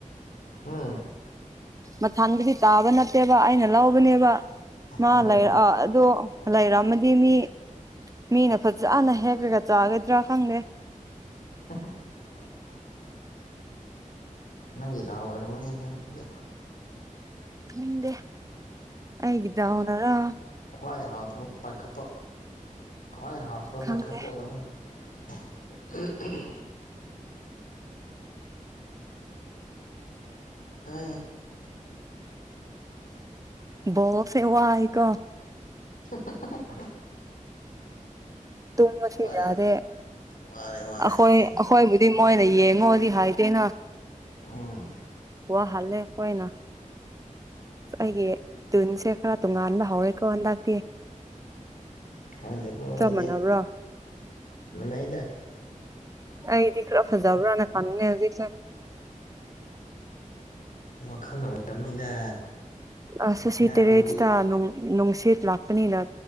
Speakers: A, on the left (about 85°); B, on the right (about 25°).
A: ꯎꯝ
B: ꯃꯊꯪꯗꯗꯤ ꯇꯥꯕ ꯅꯠꯇꯦꯕ ꯑꯩꯅ ꯂꯧꯕꯅꯦꯕ ꯃꯥ
A: ꯎꯝ
B: ꯂꯩꯔ
A: ꯎꯝ
B: ꯑꯗꯣ ꯂꯩꯔꯝꯃ ꯃꯤ ꯃꯤꯅ ꯐꯖꯅ ꯍꯦꯛꯂꯒ ꯆꯥꯒꯗ꯭ꯔꯥ ꯈꯪꯗꯦ
A: ꯑ <unintelligible> ꯅꯪꯒꯤ ꯗꯥꯎ ꯑꯣꯏꯔꯝꯃꯅꯤꯗꯨꯗꯤ
B: ꯍꯗꯦ ꯑꯩꯩꯒꯗꯥꯎꯅꯔꯥ
A: ꯈ꯭ꯋꯥꯏ ꯍꯥꯎꯇꯕ ꯄꯥꯏꯈꯠꯄ ꯈ꯭ꯋꯥꯏ ꯍꯥꯎꯇꯕ
B: ꯈꯪꯗꯦ
A: ꯄꯥꯏꯈꯠꯄ ꯑꯣꯏꯔꯝꯃꯅꯤ ꯎꯝ ꯎꯝ ꯍ
B: ꯣꯁꯦ ꯋꯥ ꯍꯥꯏꯀꯣ
A: <unintelligible>
B: ꯇꯨꯝꯃꯁꯨ
A: ꯋꯥꯔꯦ
B: ꯌꯥꯗꯦ
A: ꯋꯥꯔꯦ ꯋꯥꯔꯦ
B: ꯑꯩꯈꯣꯏ
A: ꯌꯥꯝꯅ
B: ꯑꯩꯈꯣꯏꯕꯨꯗꯤ ꯃꯣꯏꯅ ꯌꯦꯡꯉꯣꯗꯤ ꯍꯥꯏꯗꯦꯅ
A: ꯎꯝ
B: ꯋꯥꯍꯜꯂꯦ ꯑꯩꯈꯣꯏꯅ ꯑꯩꯒꯤ ꯇ꯭ꯤꯟꯁꯦ ꯈꯔ ꯇꯣꯉꯥꯟꯕ ꯍꯧꯔꯦꯀꯣ ꯍꯟꯗꯛꯇꯤ
A: ꯈꯪꯗꯦꯀꯣ
B: ꯆꯞ
A: ꯑꯩꯗꯤ
B: ꯃꯥꯟꯅꯕ꯭ꯔꯣ
A: ꯃꯅꯩꯗ
B: ꯑꯩꯗꯤ ꯈꯔ ꯐꯖꯥꯕꯔꯥꯅ ꯈꯪꯅꯦ ꯆ
A: ꯋꯥꯈꯜꯅ ꯑꯣꯏꯔꯝꯅꯤꯗ
B: ꯑꯁ ꯁꯤꯇꯔꯦꯁ
A: ꯉꯥꯡꯕꯗꯤ
B: ꯇꯅꯣ ꯅꯨꯡꯁꯤꯠ ꯂꯥꯛꯄꯅꯤꯅ